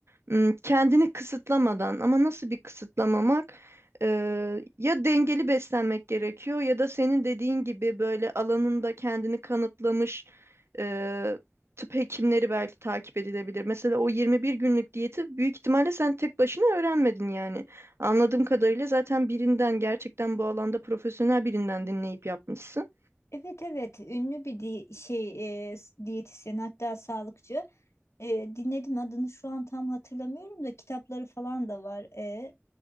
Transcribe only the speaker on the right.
Hmm, Kendini kısıtlamadan ama nasıl bir kısıtlamamak? Ee, ya dengeli beslenmek gerekiyor ya da senin dediğin gibi böyle alanında kendini kanıtlamış e, tıp hekimleri belki takip edilebilir. Mesela o 21 günlük diyeti büyük ihtimalle sen tek başına öğrenmedin yani. Anladığım kadarıyla zaten birinden gerçekten bu alanda profesyonel birinden dinleyip yapmışsın.